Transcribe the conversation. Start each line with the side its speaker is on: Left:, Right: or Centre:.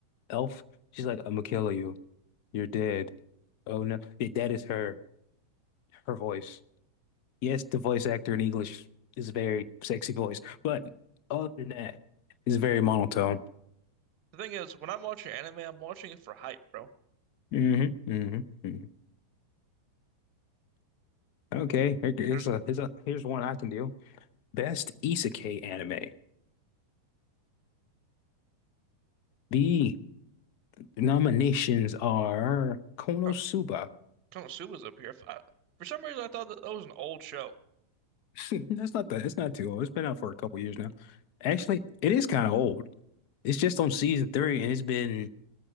Left: Elf, she's like I'm gonna kill you. You're dead. Oh no, Yeah, that is her her voice. Yes, the voice actor in English is a very sexy voice, but other than that, it's very monotone.
Right: The thing is, when I'm watching anime, I'm watching it for hype, bro.
Left: hmm hmm hmm Okay, here- here's
Right: There's
Left: a, here's a, here's one I can do. Best Isekai anime. The nominations are Konosuba.
Right: Ko- Konosuba's up here. If I- for some reason, I thought that, that was an old show.
Left: <laughs> That's not that. It's not too old. It's been out for a couple years now. Actually, it is kind of old. It's just on season three, and it's been